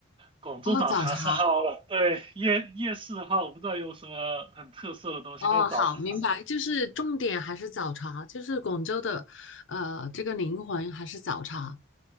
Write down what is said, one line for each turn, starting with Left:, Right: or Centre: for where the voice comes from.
Right: 广州早茶是好了，
Left: 哦，早茶，
Right: 对，夜夜市的话，我不知道有什么很特色的东西，
Left: 哦，
Right: 但是早茶是。
Left: 好，明白，就是重点还是早茶，就是广州的，呃，这个灵魂还是早茶